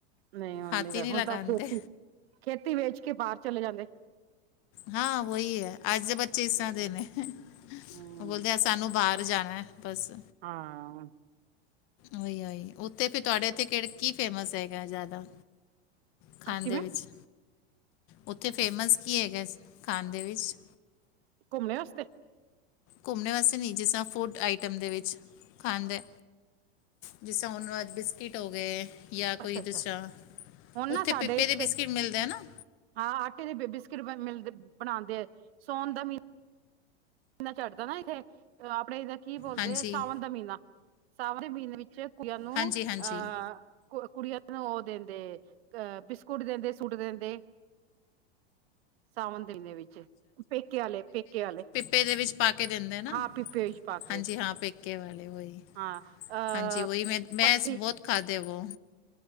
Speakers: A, on the right; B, on the left.
A: ਨਹੀਂ ਹੁਣ
B: ਹੱਥ ਈ ਨੀ
A: ਹੁਣ
B: ਲਗਾਂਦੇ।
A: ਤਾਂ ਖੇਤੀ ਖੇਤੀ ਵੇਚ ਕੇ ਬਾਹਰ ਚਲੇ ਜਾਂਦੇ
B: ਹਾਂ ਉਹੀ ਐ ਅੱਜ ਦੇ ਬੱਚੇ
A: ਹੂੰ
B: ਇਸ ਤਰਾਂ ਦੇ ਨੇ ਉਹ
A: ਹੂੰ
B: ਬੋਲਦੇ ਸਾਨੂੰ ਬਾਹਰ ਜਾਣਾ ਐ ਬਸ।
A: ਹਾਂ ਹੁਣ।
B: ਓਹੀ ਓਹੀ ਓਥੇ ਫੇਰ ਤੁਹਾਡੇ ਐਥੇ ਕੇੜ ਕੀ ਫੇਮਸ ਹੈਗਾ ਜ਼ਿਆਦਾ? ਖਾਂਦੇ
A: ਕਿਵੇਂ
B: ਵਿੱਚ ਓਥੇ ਫੇਮਸ ਕੀ ਹੈਗਾ? ਕਾਂਦੇ ਵਿਚ?
A: ਘੁੰਮਨੇ ਵਾਸਤੇ?
B: ਘੁੰਮਨੇ ਵਾਸਤੇ ਨਹੀਂ ਜਿਸਰਾ ਫੂਡ ਆਈਟਮ ਦੇ ਵਿੱਚ ਖਾਂਦੇ ਜਿਸ ਹੁਨ ਬਿਸਕਿਟ ਹੋ ਗਏ। ਜਾਂ ਕੋਈ
A: ਅੱਛਾ-ਅੱਛਾ,
B: ਦੂਸਰਾ
A: ਹੁਣ
B: ਉੱਥੇ
A: ਨਾ ਸਾਡੇ
B: ਪਿੱਪੇ
A: ਇੱਥੇ
B: ਦੇ ਬਿਸਕਿਟ ਮਿਲਦੇ ਆ ਨਾ
A: ਹਾਂ ਆਟੇ ਦੀ ਬਿ ਬਿਸਕਿਟ ਬਣ ਮਿਲਦੇ। ਬਣਾਂਦੇ, ਸੋਣ ਦਾ ਮੀਨ ਨਾ ਚੜਦਾ ਨਾ ਇੱਥੇ ਆਪਣੇ ਇਦੇ ਕੀ ਬੋਲਦੇ
B: ਹਾਂਜੀ
A: ਸਾਵਨ ਦਾ ਮੀਨਾ। ਸਾਵਣ ਦੇ ਮਹੀਨੇ ਚ ਕੁੜੀਆ ਨੂੰ
B: ਹਾਂਜੀ
A: ਅਹ
B: ਹਾਂਜੀ
A: ਕ ਕੁੜੀਆਂ ਨੂੰ ਔ ਦਿੰਦੇ ਅਹ ਬਿਸਕੁਟ ਦਿੰਦੇ ਸੂਟ ਦਿੰਦੇ ਸਾਵਨ ਦੀਨੇ ਵਿੱਚ ਪੇਕੇ ਆਲੇ ਪੇਕੇ ਆਲੇ।
B: ਪੇ ਦੇ ਵਿੱਚ ਪਾ ਕੇ ਦਿੰਦੇ ਐਨਾ,
A: ਹਾਂ ਪਿੱਪੇ ਵਿੱਚ ਪਾ ਕੇ
B: ਹਾਂਜੀ ਹਾਂ ਪੇ ਕੇਵਲ ਵੋਹੀ
A: ਹਾਂ ਅਹ
B: ਹਾਂਜੀ ਵਹੀ ਮੈਂ ਮੈਂ
A: ਪੱਠੀ
B: ਸ ਬੌਤ ਖਾਦੇ ਐ ਵੋ।